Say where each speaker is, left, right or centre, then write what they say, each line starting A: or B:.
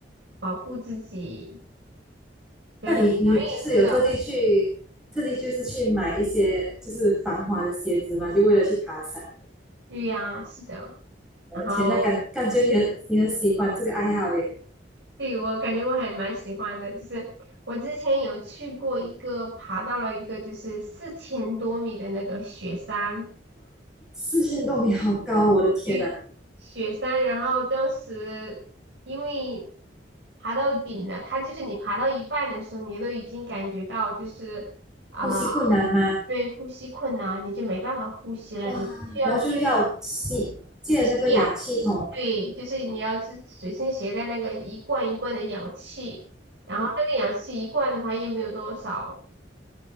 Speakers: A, on the right (about 75°); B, in the centre.
A: 保护自己，对，
B: 那你你就是有特地去，
A: 很容易受到，
B: 特地就是去买一些就是防滑的鞋子嘛，就为了去爬山。
A: 对呀，是的，
B: 我的天，
A: 然后。
B: 那感感觉你很你很喜欢这个爱好耶，
A: 对，我感觉我还蛮喜欢的，就是我之前有去过一个，爬到了一个就是四千多米的那个雪山，
B: 四千多米好高，我的天啊，
A: 对，雪山，然后当时因为爬到顶了，它就是你爬到一半的时候，你都已经感觉到就是啊，
B: 呼吸困难吗？
A: 对，呼吸困难，你就没办法呼吸了，
B: 哇，
A: 你需要接
B: 然后就要吸借那个氧气筒
A: 氧，对，就是你要自随身携带那个一罐一罐的氧气，然后那个氧气一罐的话又没有多少，